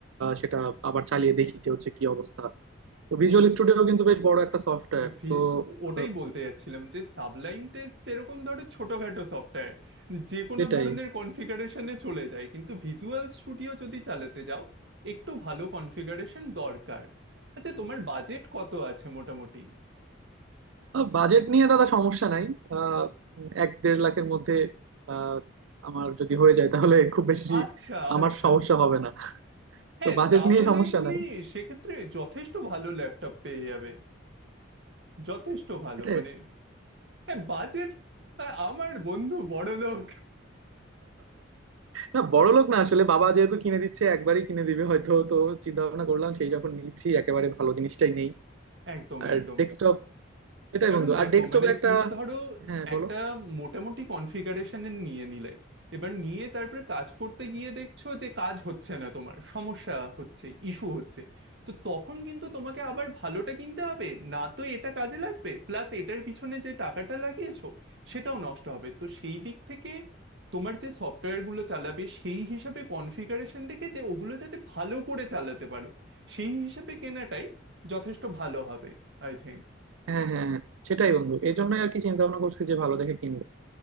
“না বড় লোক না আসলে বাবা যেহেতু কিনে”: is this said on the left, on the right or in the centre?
Right